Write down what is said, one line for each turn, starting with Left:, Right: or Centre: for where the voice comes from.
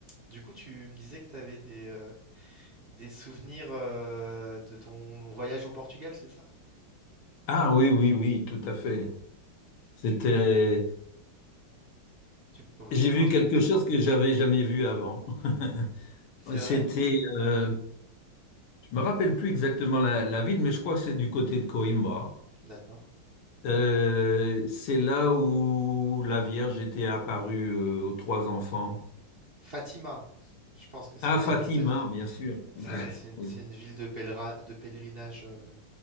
Right: Du coup, tu me disais que tu avais des, euh, des souvenirs euh, de ton voyage au Portugal, c'est ça?
Left: Ah oui, oui, oui, tout à fait. C'était,
Right: Tu peux, tu, peux
Left: j'ai
Right: tu peux
Left: vu
Right: m'en dire
Left: quelque
Right: plus?
Left: chose que j'avais jamais vu avant. <laughs>
Right: C'est
Left: C'était,
Right: vrai?
Left: euh, je me rappelle plus exactement la, la ville, mais je crois que c'est du côté de Coimbra.
Right: D'accord.
Left: Euh, c'est là où la Vierge était apparue euh, aux trois enfants.
Right: Fatima, je pense que c'est
Left: Ah,
Right: la
Left: Fatima,
Right: ville de Fa-
Left: bien sûr.
Right: C'est
Left: Ouais,
Right: ça, c'est une,
Left: oui.
Right: c'est une ville de pèlera- de pèlerinage euh,